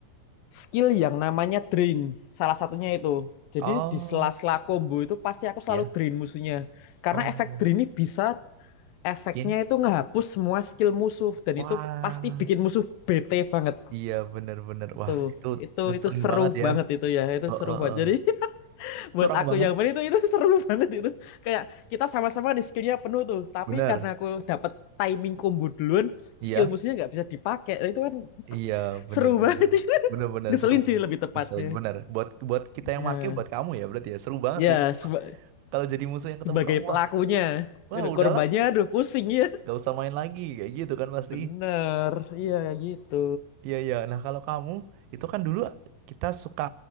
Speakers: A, on the left; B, on the right.
A: skill yang namanya drain. Salah satunya itu. Jadi
B: Oh,
A: di sela-sela combo itu pasti aku selalu
B: iya.
A: drain musuhnya. Karena
B: Oh,
A: efek drain ini bisa efeknya
B: bikin.
A: itu ngehapus semua skill musuh dan
B: Wah,
A: itu pasti bikin musuh bete banget
B: iya benar-benar.
A: itu
B: Wah, itu
A: itu
B: ngeselin
A: itu seru
B: banget ya.
A: banget itu ya itu
B: Oh,
A: seru
B: oh,
A: banget
B: oh.
A: jadi <laughs> buat
B: Curang
A: aku
B: banget.
A: yang main itu itu seru <laughs> banget itu kayak kita sama-sama di skillnya penuh tuh tapi
B: Benar.
A: karena aku dapat timing combo duluan
B: Iya,
A: skill musuhnya nggak bisa dipakai Nah, itu kan
B: iya, benar-benar.
A: seru banget itu <laughs>
B: Benar-benar
A: ngeselin
B: seru.
A: sih lebih tepatnya
B: Ngeselin benar. Buat buat kita yang
A: ya
B: make, buat kamu ya berarti ya. Seru banget
A: ya
B: sih. sumpah.
A: seba-
B: Kalau jadi musuh yang ketemu
A: sebagai
B: kamu,
A: pelakunya
B: wah, wah
A: Aduh,
B: udahlah,
A: korbannya aduh pusing ya
B: gak usah main lagi kayak gitu kan pasti.
A: bener iya gitu
B: Iya iya. Nah kalau kamu itu kan dulu kita suka